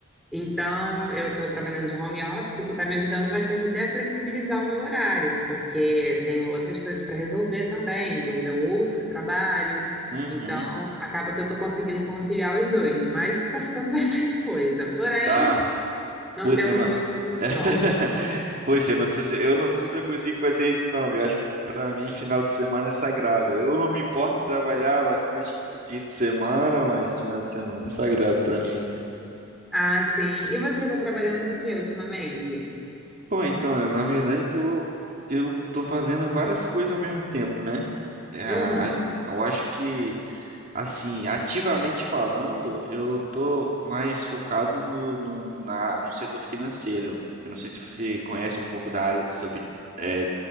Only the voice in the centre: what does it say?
Então, eu estou trabalhando de home office, o que está me ajudando bastante até a flexibilizar o meu horário, porque tenho outras coisas para resolver também, do meu outro trabalho.
Então, acaba que eu estou conseguindo conciliar os dois, mas está ficando <laughs> bastante coisa. Porém,
não
temos
muita opção.
Ah, sim. E você está trabalhando de quê ultimamente?
Uhum.